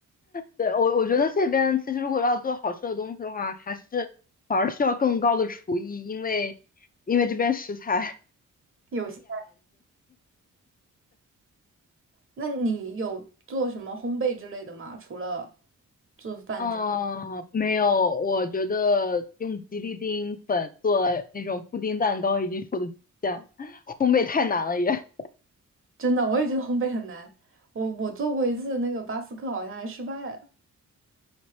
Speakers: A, on the left; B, on the right.
A: 对，我我觉得这边其实如果要做好吃的东西的话，还是反而需要更高的厨艺，因为因为这边食材
B: <laughs> 有些，那你有做什么烘焙之类的吗？除了做饭之外
A: <laughs>，嗯，没有，我觉得用吉利丁粉做那种布丁蛋糕已经是我的极限，烘焙太难了也。
B: 真的，我也觉得烘焙很难。我我做过一次那个巴斯克，好像还失败了，